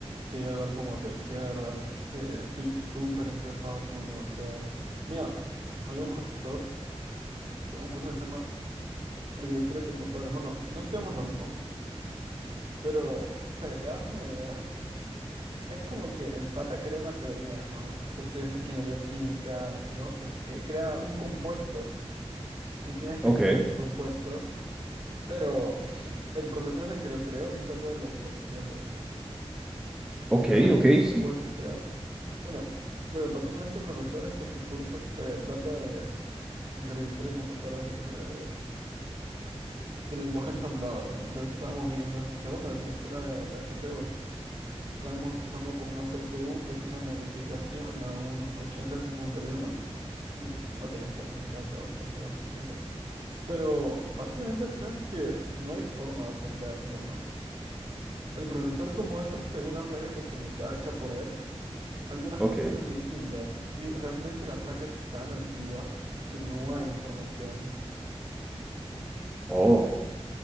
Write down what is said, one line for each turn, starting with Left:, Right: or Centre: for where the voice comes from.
Right: Sí, Eduardo, como te decía, de verdad, este, estoy súper estresado por la universidad. Mira, hay un profesor, este, un curso que se llama Arquitectura de Computadoras. Bueno, no estudiamos lo mismo, pero para que te das una idea, es como que el pata crea una teoría, ¿no? Tú estudias ingeniería química, digamos que est- eh, crea un compuesto y tienes
Centre: Ok,
Right: que estudiar ese compuesto, pero <laughs> el profesor es el que lo creó y solo él lo tiene, ¿entiendes?
Centre: ok,
Right: Entonces realmente
Centre: ok,
Right: no lo
Centre: sí,
Right: puedes estudiar. Bueno, lo que pasó con este profesor es que su curso este, trata de en arquitectura de computadoras, es de, de lenguaje ensamblador, ¿no? Entonces estábamos viendo, este, bueno, la arquitectura de las CPUs. Estábamos usando con una CPU que es una modificación a un 8051. Mm, No tienes por qué entenderlo, no sé cómo explicarlo. Pero básicamente el problema es que no hay forma de aprender, ¿no? El profesor, como es este, una placa customizada hecha por él, Algunas
Centre: ok.
Right: cosas son distintas y realmente la placa es tan antigua que no hay información.
Centre: Oh,